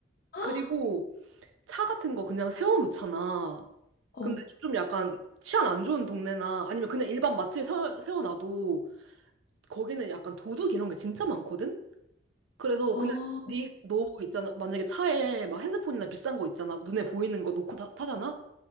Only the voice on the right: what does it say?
그리고 차 같은 거 그냥 세워놓잖아.
근데 좀 약간 치안 안 좋은 동네나 아니면 그냥 일반 마트에 세- 세워놔도 거기는 약간 도둑 이런 게 진짜 많거든? 그래서
그냥
니, 너 있잖아. 만약에 차에 막 핸드폰이나 비싼 거 있잖아. 눈에 보이는 거 놓고 타, 잖아